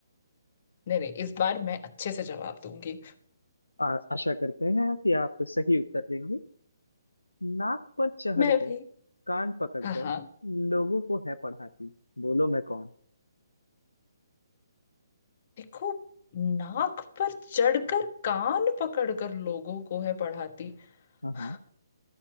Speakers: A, on the left (about 40°); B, on the left (about 85°).
A: नहीं नहीं इस बार मैं अच्छे से जवाब दूंगी
B: आ, आशा करते हैं कि आप सही उत्तर देंगे नाक पर चढ़कर
A: मैं भी
B: कान पकड़कर
A: हाँ हाँ
B: लोगों को है पढ़ाती बोलो मैं कौन
A: देखो नाक पर चढ़कर कान पकड़कर लोगों को है पढ़ाती <laughs>
B: हाँ हाँ